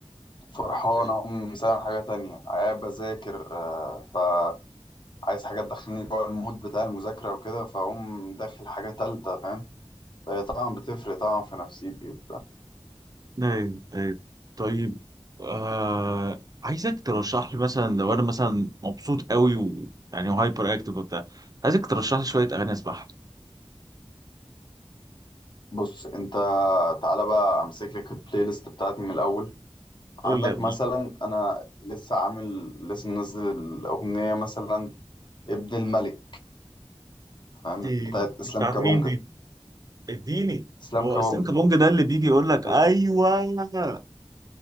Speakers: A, on the left (about 50°); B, on the right (about 35°).
A: فرحان
B: أيوة.
A: اقوم سامع حاجه تانية قاعد بذاكر آه، فعايز حاجه تدخلني جوه المود بتاع المذاكره وكده فاقوم داخل حاجه تالتة فاهم فهي طبعا بتفرق طبعا في نفسيتي وبتاع
B: ايوه ايوه طيب آه عايزك ترشح لي مثلا لو انا مثلا مبسوط قوي و يعني هايبر اكتيف وبتاع عايزك ترشح لي شويه اغاني اسمعها
A: بص انت تعالى بقى امسك لك البلاي ليست بتاعتي من الاول
B: قول
A: عندك
B: لي يا ابني
A: مثلا انا لسه عامل لسه منزل الاغنيه مثلا ابن الملك فاهم
B: دي
A: بتاعت اسلام
B: بتاعت
A: كابونجا
B: مين دي اديني
A: اسلام
B: هو
A: كوانجا
B: اسلام كابونج ده اللي بيجي يقول لك ايوه
A: ماشي
B: ايوه